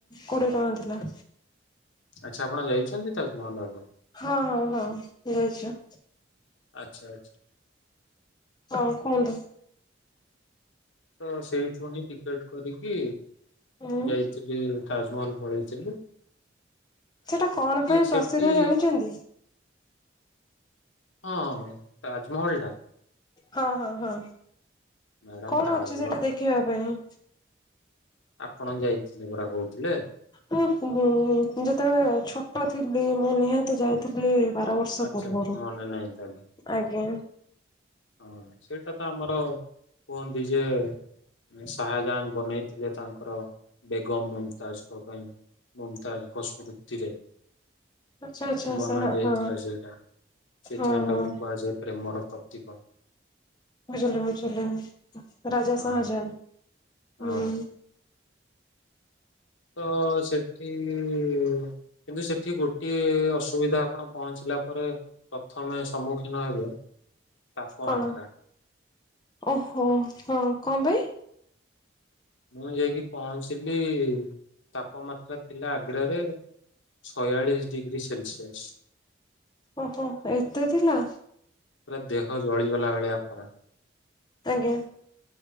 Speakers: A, on the left; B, on the left.
A: କୋଡିଏ ଟଙ୍କା ଥିଲା।
B: ଆଚ୍ଛା ଆପଣ ଯାଇଛନ୍ତି ତାଜମହଲ ଆଗରୁ।
A: ହଁ, ହଁ, ହଁ ଯାଇଛି।
B: ଆଚ୍ଛା, ଆଚ୍ଛା।
A: ଆଉ କୁହନ୍ତୁ।
B: ତ ସେଇଠୁ ହିଁ, ଟିକେଟ କରିକି
A: ଉଁ
B: ଯାଇଥିଲି। ତାଜମହଲ ପଳେଇଥିଲୁ।
A: ସେଟା, କଣ ପାଇଁ
B: ସେଠି
A: ପ୍ରସିଦ୍ଧ ଜାଣିଛନ୍ତି।
B: ହଁ, ତାଜମହଲ ଟା।
A: ହଁ, ହଁ, ହଁ
B: ମ୍ୟାଡାମ
A: କଣ
B: ତାଜମହଲ
A: ଅଛି ସେଠି ଦେଖିବା ପାଇଁ?
B: ଆପଣ, ଯାଇଥିଲେ ପରା କହୁଥିଲେ।
A: ହଁ, ଉଁ ଯେତେ ବେଳେ ଛୋଟ ଥିଲି ମୁଁ ନିହାତି। ତି ଯାଇଥିଲି ବାର ବର୍ଷ
B: ଆଚ୍ଛା
A: ପୂର୍ବରୁ
B: ଆଚ୍ଛା ମନେ ନାହିଁ ତାହେଲେ
A: ଆଜ୍ଞା।
B: ହଁ ସେଇଟା ତ ଆମର କୁହନ୍ତି ଯେ। ଶାହାଜାନ ବନେଇଥିଲେ ତାଙ୍କର ବେଗମ ମୁମତାଜଙ୍କ ପାଇଁ। ମୁମତାଜ ଙ୍କ ସ୍ମର୍ତି ରେ।
A: ଆଚ୍ଛା ଆଚ୍ଛା ଆଚ୍ଛା
B: ବନା
A: ହଁ
B: ଯାଇଥିଲା
A: ହଁ
B: ସେଇଟା ସେଥି
A: ହଁ
B: ପାଇଁ ତାକୁ କୁହାଯାଏ ପ୍ରେମର ପ୍ରତୀକ।
A: ବୁଝିଲି ବୁଝିଲି ରାଜା
B: ହଁ
A: ସହାଜନ
B: ହଁ
A: ହୁଁ।
B: ତ ସେଠି କିନ୍ତୁ ସେଠି ଗୋଟିଏ ଅସୁବିଧା। ଆପଣ ପହଞ୍ଚିଲା ପରେ ପ୍ରଥମେ ସମ୍ମୁଖୀନ ହେବେ ତାପମାତ୍ରା
A: କଣ ଓହୋ ହଁ କଣ ପାଇଁ?
B: ମୁଁ ଯାଇକି ପହଞ୍ଚିଲି ତାପମାତ୍ରା ଥିଲା ଆଗ୍ରରେ। ଚୟାଲିସ ଡିଗ୍ରୀ ସେଲସିଆସ।
A: ଓହୋ ଏତେ ଥିଲା।
B: ପୁରା ଦେହ ଜଳିଗଲା ଭଳିଆ ଖରା।
A: ଆଜ୍ଞା